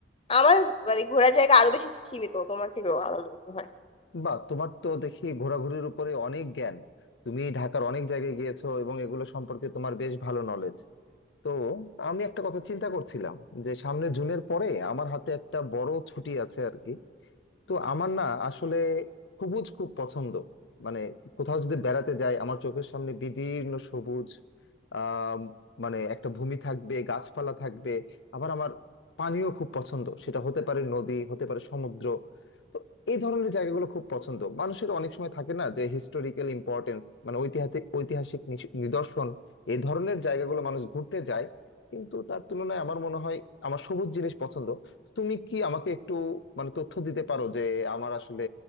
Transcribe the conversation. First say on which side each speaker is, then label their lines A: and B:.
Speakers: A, on the left; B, on the left.
A: আমার মানে ঘোরার জায়গা আরো বেশি সীমিত তোমার থেকেও আমার মনে হয়
B: বা তোমার তো দেখি ঘোরাঘুরির উপরে অনেক জ্ঞান তুমি ঢাকার অনেক জায়গায় গিয়েছো এবং এগুলো সম্পর্কে তোমার বেশ ভালো নলেজ তো আমি একটা কথা চিন্তা করছিলাম যে সামনে জুনের পরে আমার হাতে একটা বড় ছুটি আছে আর কি তো আমার না আসলে সবুজ খুব পছন্দ মানে কোথাও যদি বেড়াতে যাই আমার চোখের সামনে বিদীর্ণ সবুজ আহ মানে একটা ভূমি থাকবে গাছপালা থাকবে আবার আমার পানিও খুব পছন্দ সেটা হতে পারে নদী হতে পারে সমুদ্র তো এই ধরনের জায়গাগুলো খুব পছন্দ মানুষের অনেক সময় থাকে না যে হিস্টোরিক্যাল ইম্পর্টেন্স মানে ঐতিহাসিক ঐতিহাসিক নিশ- নিদর্শন এই ধরনের জায়গাগুলো মানুষ ঘুরতে যায় কিন্তু তার তুলনায় আমার মনে হয় আমার সবুজ জিনিস পছন্দ তুমি কি আমাকে একটু মানে তথ্য দিতে পারো যে আমার আসলে